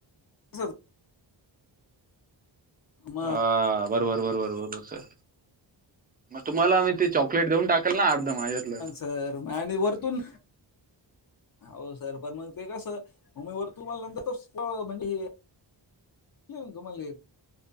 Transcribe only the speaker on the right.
हा बरोबर-बरोबर-बरोबर सर मग तुम्हाला आमही ते चॉक लेट देऊन टाकेल ना अर्ध माज्यातलं.